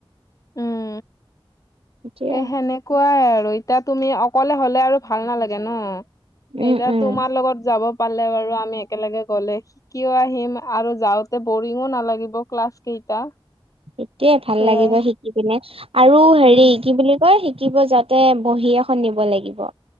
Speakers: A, on the left; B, on the right.
A: উম
B: এতিয়া
A: এ সেনেকুৱাই আৰু এতিয়া তুমি অকলে হলে আৰু ভাল নালাগে ন।
B: উম,
A: এতিয়া
B: উম।
A: তোমাৰ লগত যাব পালে বাৰু আমি একেলগে গলে কিয় আহিম আৰু যাওঁতে বোৰিংও নালাগিব ক্লাছ কেইটা।
B: সেইটোয়ে ভাল
A: সেয়াই
B: লাগিব শিকি পিনে আৰু
A: উম
B: হেৰি কি বুলি কয় শিকিব যাত তে বহি এখন নিব লাগিব।